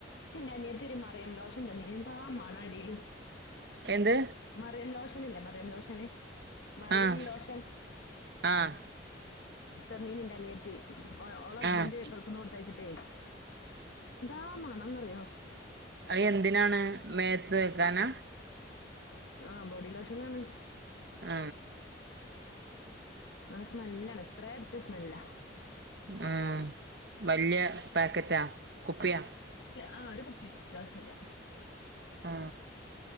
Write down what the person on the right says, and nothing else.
എന്ത്
ആഹ്
ആഹ്
ആഹ്
അയി എന്തിനാണ് മേത്ത് വെക്കാനാ
ആ
ആ വല്ല്യ പേക്കറ്റാ കുപ്പിയാ
ആ